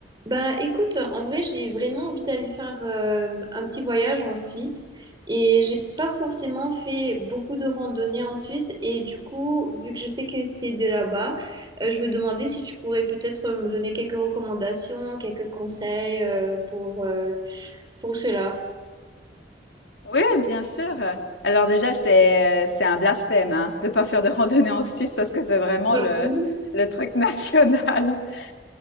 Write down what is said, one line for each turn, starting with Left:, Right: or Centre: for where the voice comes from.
Right: Ben écoute, en vrai, j'ai vraiment envie d'aller faire euh, un petit voyage en Suisse et j'ai pas forcément fait beaucoup de randonnées en Suisse et du coup, vu que je sais que t'es de là-bas, euh, je me demandais si tu pourrais peut-être me donner quelques recommandations, quelques conseils euh, pour, euh, pour cela.
Left: Oui, bien sûr. Alors déjà, c'est euh, c'est un blasphème hein, de pas faire de randonnée en Suisse parce que c'est vraiment
Right: Bah,
Left: le
Right: oui.
Left: le truc national. <laughs>